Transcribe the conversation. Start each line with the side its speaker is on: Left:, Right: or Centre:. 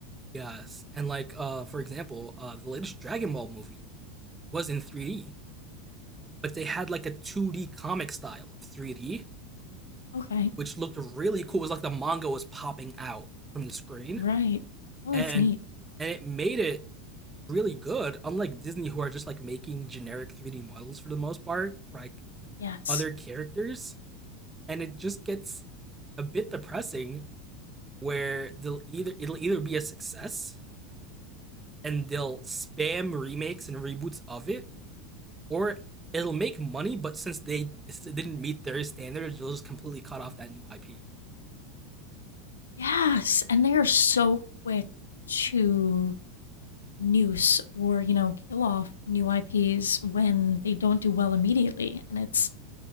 Right: yes. And like, uh, for example, uh, the latest Dragon Ball movie was in 3D, but they had like a 2D comic style of 3D,
Left: Okay,
Right: which looked really cool. It was like the manga was popping out from the screen.
Left: right. Well,
Right: and
Left: that's neat.
Right: and it made it really good. Unlike Disney, who are just like making generic 3D models for the most part, for like
Left: Yes.
Right: other characters, and it just gets a bit depressing. Where they'll either it'll either be a success and they'll spam remakes and reboots of it, or it'll make money, but since they didn't meet their standards, they'll just completely cut off that new IP.
Left: Yes, and they are so quick to noose or you know kill off new IPs when they don't do well immediately and it's